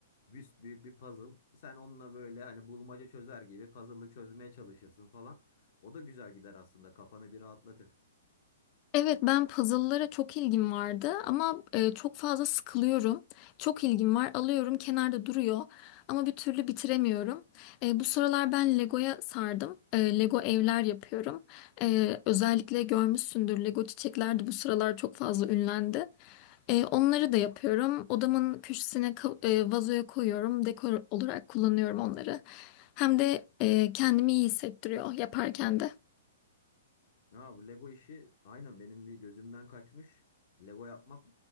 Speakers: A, on the left; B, on the left.
A: büs büyük bir puzzle. Sen onunla böyle hani bulmaca çözer gibi puzzle'ı çözmeye çalışırsın falan. O da güzel gider aslında. Kafanı bir rahatlatır.
B: Evet ben puzzle'lara çok ilgim vardı ama e, çok fazla sıkılıyorum. Çok ilgim var alıyorum kenarda duruyor ama bir türlü bitiremiyorum. E, bu sıralar ben Lego'ya sardım. E, Lego evler yapıyorum. E, özellikle görmüşsündür Lego çiçekler de bu sıralar çok fazla ünlendi. E, onları da yapıyorum. Odamın köşesine ka- e, vazoya koyuyorum. Dekor olarak kullanıyorum onları. Hem de e, kendimi iyi hissettiriyor yaparken de.
A: Ha, bu Lego işi aynen benim bir gözümden kaçmış. Lego yapmak